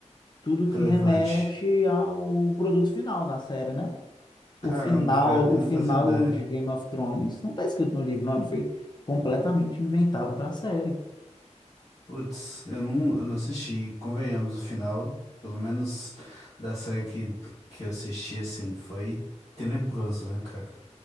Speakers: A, on the left (about 35°); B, on the left (about 55°).
A: tudo que
B: relevante.
A: remete ao produto final da série, né? O
B: Caramba,
A: final,
B: pior que
A: o
B: eu
A: final
B: não fazia ideia.
A: de Game of Thrones não está escrito no livro, não. Ele foi completamente inventado para a série.
B: Putz, eu não, eu não assisti. Convenhamos, o final, pelo menos da série que, que eu assisti, assim, foi tenebroso, né, cara?